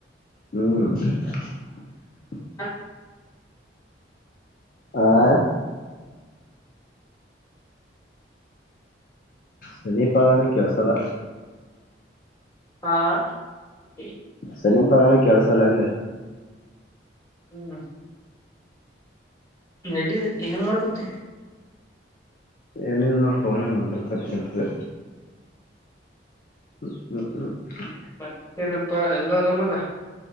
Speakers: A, on the left; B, on the left.
A: ಹ್ಮ್ <inaudible>
B: ಹ <unintelligible>
A: ಆ <inaudible> ಸಮೀಪಗನ ಕೆಲಸಲ್ಲ
B: ಹಾ <inaudible>
A: ಸರಿನ್ ಪಗಣ <unintelligible> ಕೆಲಸ ಅಲ್ಲ ಅಂದೆ
B: ಹ್ಮ್ <inaudible> ಎಲ್ಲಿ ಹೆಂಗ ಮಾಡ್ಕತಿ
A: ಏನಿಲ್ಲ ಫೋನಲ್ಲಿ ಮಾತಾಡ್ತಾ ಕುಂತಿದ್ದೆ ಹ್ಮ್ ಹ್ಮ್ ಹ್ಮ್ <inaudible>
B: ಮತ್ತೆ ಏನಪ್ಪಾ ಎಲ್ಲಾ ಆರಾಮಲ್ಲ